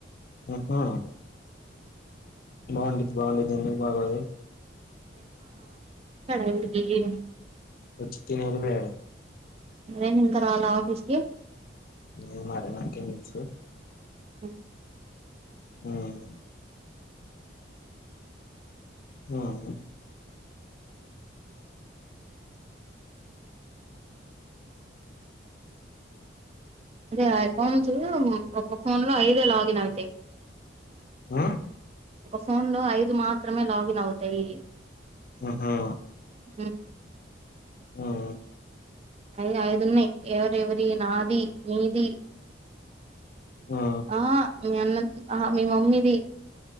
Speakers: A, on the left (about 50°); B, on the right (about 35°).
A: ఆహా బాగుంది బాగుంది ఎందుకు బాలేదు
B: <unintelligible>
A: వచ్చి తిని ఎల్లినారు
B: ఏమి ఇంకా రాలా ఆఫీస్ కి
A: ఏమో మేడమ్ నాకేం తెలుసు
B: హ్మ్ము
A: హుమ్ హుమ్మ్
B: అదే ఆ అకౌంట్స్ ఒక ఫోన్ లో ఐదే లాగిన్ అవుతాయి
A: ఆహ్
B: ఫోన్లో ఐదు మాత్రమే లాగిన్ అవుతాయి
A: ఆహా
B: హు
A: ఆహ్
B: హలో ఐదున్నయి ఎవర ఎవరి నాది నీది
A: ఉ
B: ఆ మీ అన్న ఆ మీ మమ్మీది